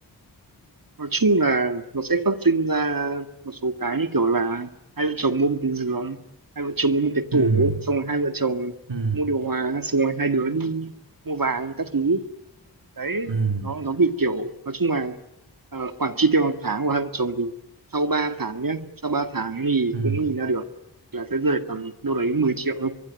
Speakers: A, on the right; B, on the right.
A: nói chung là nó sẽ phát sinh ra một số cái như kiểu là hai vợ chồng mua một cái giường hai vợ chồng mua một cái tủ
B: ừ
A: xong rồi hai vợ chồng
B: ừ
A: mua điều hòa xong rồi hai đứa đi mua vàng các thứ đấy
B: ừ
A: nó nó bị kiểu nói chung là ờ, khoản chi tiêu hàng tháng của hai vợ chồng thì sau 3 tháng nhé sau 3 tháng thì
B: ừ
A: cũng nhìn ra được là sẽ rơi tầm đâu đấy 10 triệu thôi